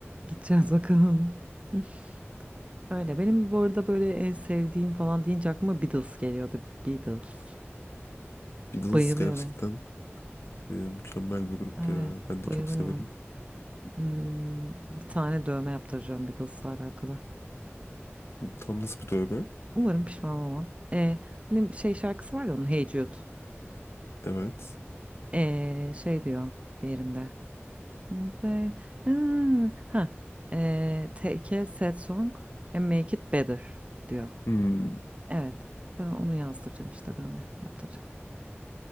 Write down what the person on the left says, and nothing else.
Beatles
gerçekten e, mükemmel bir grup
ya. Ben de
çok severim.
Tam nasıl bir dövme?
Evet.
Hmm,